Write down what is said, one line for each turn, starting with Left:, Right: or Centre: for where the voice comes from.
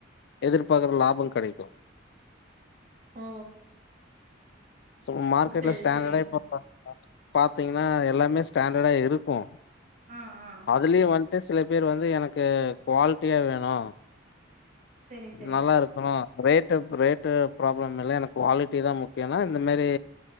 Left: எதிர்பாக்குற லாபோ கிடைக்கு
Right: ஓ
Left: சோ மார்க்கெட்ல
Right: செரி
Left: ஸ்டாண்டர்டா
Right: செரிங்க
Left: இப்ப
Right: சார்
Left: பாத்தீங்கன்னா எல்லாமே ஸ்டாண்டர்டா இருக்கு
Right: ஆ ஆ
Left: அதுலயு வந்ட்டு சில பேர் வந்து எனக்கு குவாலிட்டியா வேணு
Right: செரி செரிங்க
Left: நல்லா
Right: சார்
Left: இருக்கணு ரேட் ரேட்டு ப்ராப்ளம் இல்ல எனக்கு குவாலிட்டி தா முக்கியோனா இந்த மாரி